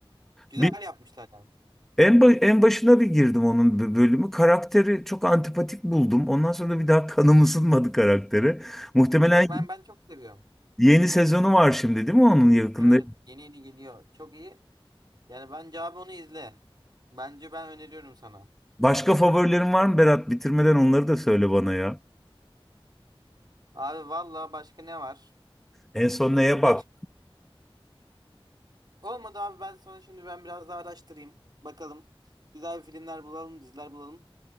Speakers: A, on the right; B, in the centre.
A: Güzel
B: bir
A: yapmışlar yani.
B: en ba- en başına bir girdim onun b- bölümü. Karakteri çok antipatik buldum. Ondan sonra da bir daha <laughs> kanım ısınmadı karaktere. Muhtemelen
A: Yok ben ben çok seviyorum.
B: yeni sezonu var şimdi değil mi onun yakında?
A: Evet, yeni yeni geliyor. Çok iyi. Yani bence abi onu izle. Bence ben öneriyorum sana.
B: Başka favorilerin var mı Berat? Bitirmeden onları da söyle bana ya.
A: Abi valla başka ne var?
B: En son neye bak?
A: Baş... Olmadı abi ben sana şimdi ben biraz daha araştırayım. Bakalım. Güzel bir filmler bulalım, diziler bulalım.